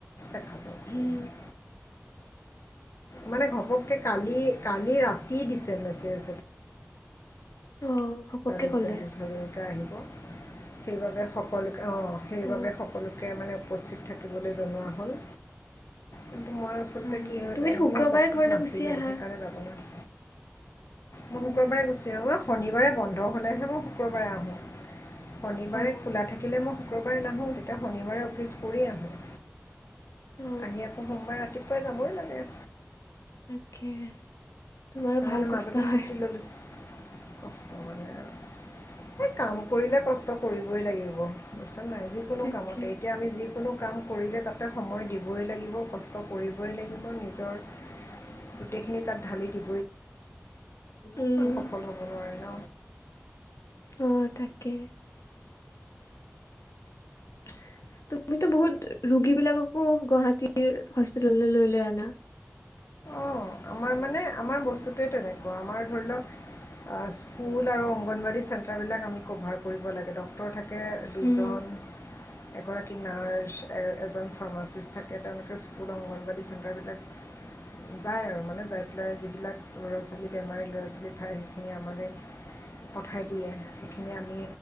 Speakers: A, on the left; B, on the left.
A: দেখা যাওক
B: উম
A: যি হয় মানে ঘপককে কালি কালি ৰাতি দিছে মেছেজ
B: অ ঘপককে
A: পিয়ুষ
B: ক'লে
A: হাজৰিকা আহিব সেইবাবে সকলো অহ, সেইবাবে
B: অ
A: সকলোকে মানে উপস্থিত থাকিবলৈ জনোৱা হ'ল। কিন্তু মই আচলতে
B: অ
A: কি হয়
B: তুমিতো
A: এক
B: শুক্ৰবাৰে
A: মই প্ৰস্তুত
B: ঘৰলৈ
A: নাছিলোঁ
B: গুচি আহা
A: সেইকাৰণে যাব নোৱাৰি মই শুক্ৰবাৰে
B: উম
A: গুচি আহো অ শনিবাৰে বন্ধ হলেহে মই শুক্ৰবাৰে আহো শনিবাৰে
B: অ
A: খোলা থাকিলে মই শুক্ৰবাৰে নাহোঁ তেতিয়া শনিবাৰে অফিচ কৰি আহোঁ
B: অ
A: আহি আকৌ সোমবাৰে ৰাতিপুৱাই যাবই লাগে
B: তাকে তোমাৰো
A: তাৰমানে
B: ভাল কষ্ট
A: মাজতে
B: হয়
A: ছুটি ল'লোঁ কষ্ট মানে আৰু। এই কাম কৰিলে কষ্ট কৰিবই লাগিব। বচ নাই যিকোনো
B: তাকে
A: কামতে এতিয়া আমি যিকোনো কাম কৰিলে তাতে সময় দিব লাগিব কষ্ট কৰিবই লাগিব নিজৰ গোটেই খিনি তাত ধালি দিব
B: উম
A: সফল হ'ব নোৱাৰে ন
B: অ তা কি <unintelligible> তুমিতো বহুত ৰোগীবিলাককো গুৱাহাটীৰ হস্পিতাললৈ লৈ লৈ আনা। <unintelligible>
A: অঁ আমাৰ মানে আমাৰ বস্তুটোৱে তেনেকুৱা আমাৰ ধৰি লক স্কুল আৰু অংগনবাদী চেন্টাৰ বিলাক আমি কভাৰ কৰিব লাগে ডক্তৰ থাকে দুজন।
B: উম
A: এগৰাকী নাৰ্চ এজন ফাৰ্মাচিষ্ট থাকে তেওঁলোকে স্কুল অংগনবাাদী চেণ্টাৰবিলাক যাই আৰু মানে যাই পেলাই যিবিলাক ল'ৰা ছোৱালী বেমাৰী ল'ৰা ছোৱালী পায় সেইখিনি আমালে পঠাই দিয়ে সেইখিনি আমি